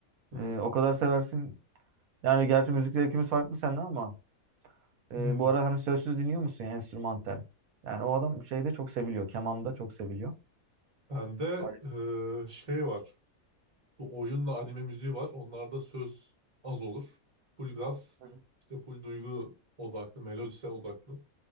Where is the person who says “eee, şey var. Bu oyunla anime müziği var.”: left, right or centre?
Right